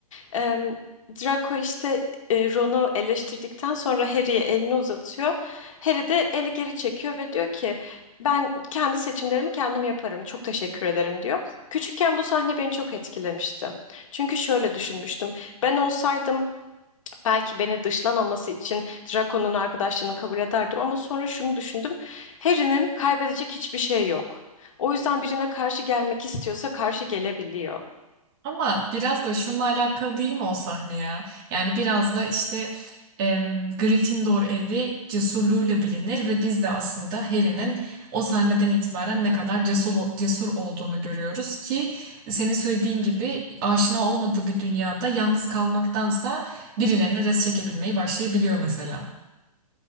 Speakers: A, on the left; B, on the right.
A: Em, Draco işte e, Ron'u eleştirdikten sonra Harry'ye elini uzatıyor. Harry de eli geri çekiyor ve diyor ki ben kendi seçimlerimi kendim yaparım. Çok teşekkür ederim diyor. Küçükken bu sahne beni çok etkilemişti. Çünkü şöyle düşünmüştüm. Ben olsaydım belki beni dışlamaması için Draco'nun arkadaşlığını kabul ederdim ama sonra şunu düşündüm. Harry'nin kaybedecek hiçbir şey yok. O yüzden birine karşı gelmek istiyorsa karşı gelebiliyor.
B: Ama biraz da şununla alakalı değil mi o sahne ya? Yani biraz da işte em, Gryffindor evi cesurluğuyla bilinir ve biz de aslında Harry'nin o sahneden itibaren ne kadar cesur, cesur olduğunu görüyoruz ki senin söylediğin gibi aşina olmadığı bir dünyada yalnız kalmaktansa birilerine res çekebilmeyi başlayabiliyor mesela.